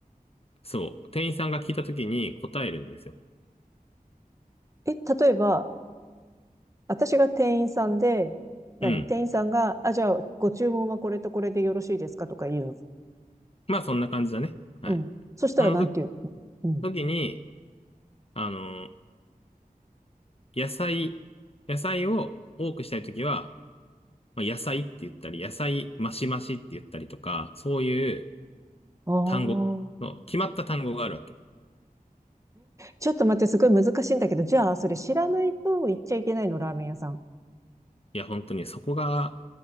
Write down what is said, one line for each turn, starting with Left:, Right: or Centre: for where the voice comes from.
Left: そう、店員さんが聞いた時に答えるんですよ。
Right: え、例えば、私が店員さんで、何店員さんが、
Left: うん。
Right: あ、じゃあ、ご注文はこれとこれでよろしいですかとか言うの。
Left: まあそんな感じだね。はい。
Right: うん。そしたら、
Left: そのと
Right: なんて言うのうん。
Left: 時に、あの、野菜、野菜を多くしたい時は、まあ、野菜って言ったり、野菜マシマシって言ったりとか、そういう
Right: ああ
Left: 単語の、決まった単語があるわけ。
Right: ちょっと待って、すごい難しいんだけど、じゃあ、それ知らないと行っちゃいけないの、ラーメン屋さん。
Left: いや、本当にそこが